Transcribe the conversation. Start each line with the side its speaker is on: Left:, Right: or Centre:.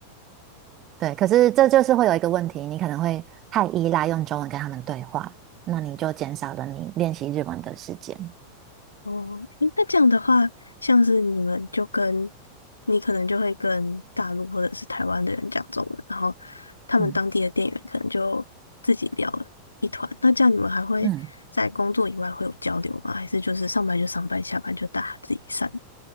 Right: 对，可是这就是会有一个问题，你可能会太依赖用中文跟他们对话，那你就减少了你练习日文的时间。
Left: 哦，诶那这样的话，像是你们就跟你可能就会跟大陆或者是台湾的人讲中文，然后他们当地的店员可能就自己聊了一团。
Right: 嗯
Left: 那这样你们还会在工作以外会有交流吗？
Right: 嗯。
Left: 还是就是上班就上班，下班就大家自己散？